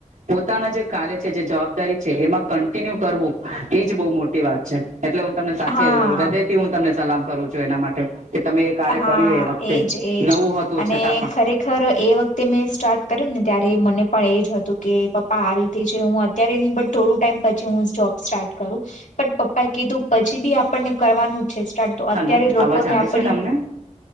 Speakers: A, on the right; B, on the left.
A: પોતાના જે કાર્ય છે જે જવાબદારી છે એમાં કન્ટિન્યુ કરવું એજ બહુ મોટી વાત છે એટલે હું તમને સાચ
B: હા
A: હૃદય. હું તમને સલામ કરું છું એના માટે કે તમે એ કાર્ય
B: હા
A: કર્યું એ વખતે
B: એજ એજ
A: નવું હતું
B: અને
A: છતાં પણ
B: ખરેખર એ વખતે મેં સ્ટાર્ટ કર્યું ને ત્યારે મને પણ એ જ હતું કે પપ્પા આ રીતે જે હું અત્યારે નહી બટ થોડું ટાઈમ પછી હું જોબ સ્ટાર્ટ કરું. પણ પપ્પા એ કીધું પછી બી આપણને કરવાનું છે સ્ટાર્ટ તો
A: હલો
B: અત્યારે લોકો
A: અવાજ
B: લોકોને
A: આવે
B: આપડી
A: છે તમને